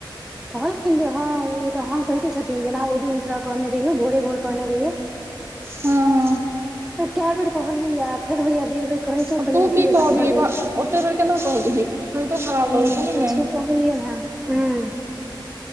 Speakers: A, in the centre; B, on the right.
A: कहलखिन जे हँ ओ तऽ हँं कहे छथिन जेना ओहि दिन तोरा कहने रहियौ भोरे भोर कहने रहिये।
B: ह, ह।
A: तऽ कए बेर कहलियनि या फेर होइया बेर बेर। कहैतो
B: आब
A: कनी
B: तू
A: अथी
B: की
A: जका
B: कहबिही
A: भऽ
B: बा
A: जा।
B: ओते बेर केना कहबिही कहितो खराब
A: खेलियान
B: लगै छै ने मेन
A: हू